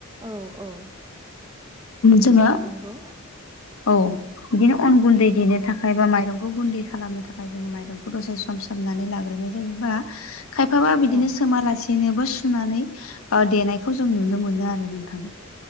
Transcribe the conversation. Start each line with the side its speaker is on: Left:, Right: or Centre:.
Right: औ -औ
Left: जोङो
Right: नंगौ
Left: औ बिदिनो अन गुन्दै देनो थाखाय बा माइरंखौ गुन्दै खालामनो थाखाय जोङो माइरंखौ दसे सम सोमनानै लाग्रोनाय जायोबा खायफाबा बिदिनो
Right: औ
Left: सोमालासेनोबो सुनानै देनायखौ जों नुनो मोनो आरो नोंथां